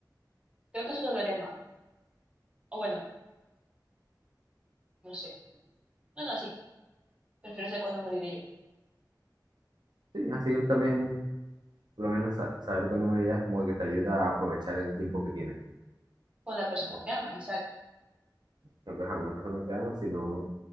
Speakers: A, on the right (about 15°); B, on the right (about 70°).
A: creo que eso dolería más. O bueno, no sé. No, no, sí, prefiero saber cuándo moriré yo.
B: Sí, así también, por lo menos sa- saber cuándo morirás como que te ayuda a aprovechar el tiempo que tienes.
A: Con la persona
B: Bueno,
A: que amas, exacto.
B: siempre a una persona que amas, si no,